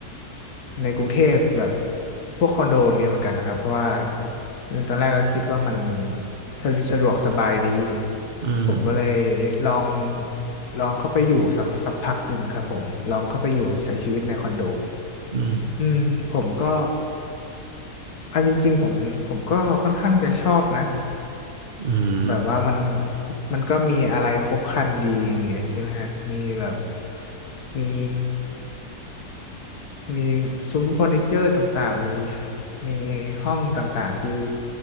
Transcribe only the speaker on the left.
ในกรุงเทพแบบพวกคอนโดเนี่ยเหมือนกันนะครับเพราะว่าตอนแรกก็คิดว่ามันสะสะดวกสบายดี
ผมก็เลยลองลองเข้าไปอยู่สักสักพักหนึ่งครับผมลองเข้าไปอยู่ใช้ชีวิตในคอนโด
อืมผมก็อันจริงๆผมผมก็ค่อนข้างจะชอบนะ
แบบว่ามัน มันก็มีอะไรครบครันดีอย่างเงี้ยใช่ไหมฮะ มีแบบ มี มีซุ้มเฟอร์นิเจอร์ต่างๆมี มีห้องต่างๆที่